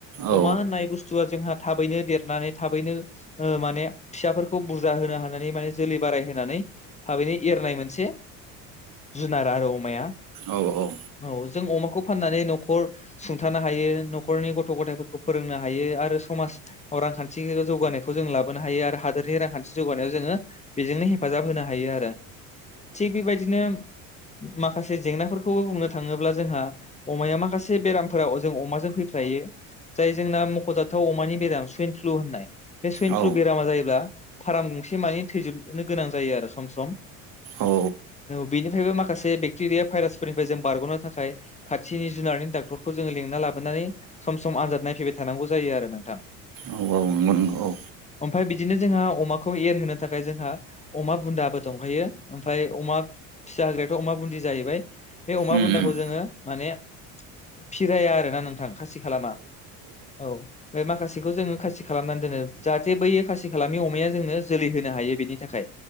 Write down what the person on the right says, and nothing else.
औ
औ औ
औ
औ
औ औ नंगौ नंगौ औ
उम
उम